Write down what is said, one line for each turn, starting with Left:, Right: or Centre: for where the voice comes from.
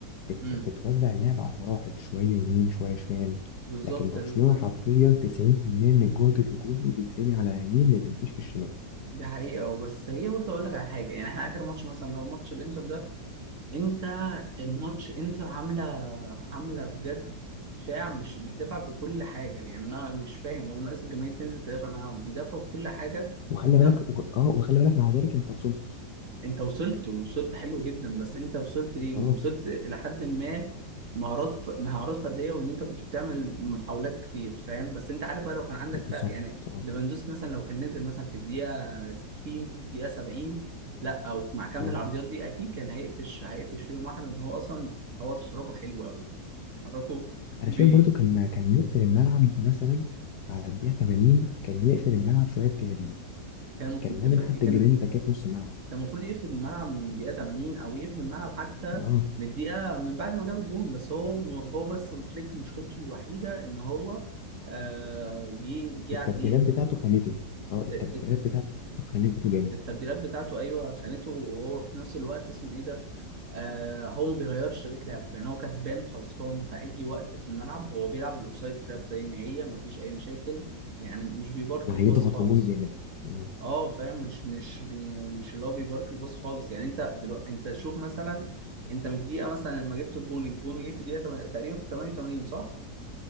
Left: بت...
Right: امم
Left: بتوزع اللعب على مراحل شوية يمين شوية شمال
Right: بالظبط
Left: لكن برشلونة
Right: ال-
Left: حرفيا 90% من الجهد الهجومي بيترمي على اليمين اللي مفيش في الشمال
Right: دي حقيقة بس هي برضه أقول لك على حاجة يعني إحنا آخر ماتش مثلا لو ماتش الإنتر ده أنت لا الماتش انتر عامله عامله بجد شاع مش بيدافع بكل حاجه يعني انا مش فاهم والله ناقص الجماهير تنزل تدافع معاهم بيدافعوا بكل حاجه
Left: وخلي
Right: وفي
Left: بالك
Right: ن-
Left: و... اه وخلي بالك مع ذلك انت وصلت
Right: انت وصلت ووصلت حلو جدا بس انت وصلت ليه
Left: اه
Right: وصلت الى حد ما مهارات ف... مهارات فرديه وان انت كنت بتعمل محاولات كتير فاهم بس انت عارف بقى لو كان عندك
Left: بالظبط
Right: ف... يعني
Left: اه
Right: ليفاندوسكي مثلا لو كان نزل مثلا في الدقيقه 60 الدقيقه 70 لا او مع كم
Left: اه
Right: العرضيات دي اكيد كان هيقفش هيقفش فيهم واحد ان هو اصلا هو تحركه حلو قوي تحركه
Left: انا
Right: بي...
Left: شايف برضو كان كان يقفل الملعب مثلا على الدقيقه 80 كان يقفل الملعب شويه بجافي
Right: كان المفروض
Left: كان لازم
Right: يف- كان
Left: حتى جرينتا كده في نص الملعب
Right: كان المفروض يقفل الملعب من الدقيقة 80 أو يقفل الملعب حتى
Left: اه
Right: من الدقيقة من بعد ما جاب الجون بس هو هو بس فليك مشكلته الوحيدة إن هو آه، جه جه
Left: التبديلات
Right: على الدقيقة
Left: بتاعته خانته اه التبديلات
Right: آه، آه،
Left: بتاعته خانته جامد
Right: التبديلات بتاعته أيوه خانته وهو في نفس الوقت اسمه إيه ده آه هو ما بيغيرش طريقة لعب يعني هو كسبان خسران في أي وقت في الملعب هو بيلعب بالأوفسايد تراب زي ما هي ما فيش أي مشاكل يعني مش بيبارك
Left: وهيضغط
Right: الباص خالص
Left: هجومي جامد آه.
Right: اه فاهم مش مش بي مش اللي هو بيبارك الباص خالص يعني انت دلوقتي انت شوف مثلا انت من الدقيقه مثلا لما جبت الجون الجون جه في الدقيقه تمن- تقريبا في 88 صح؟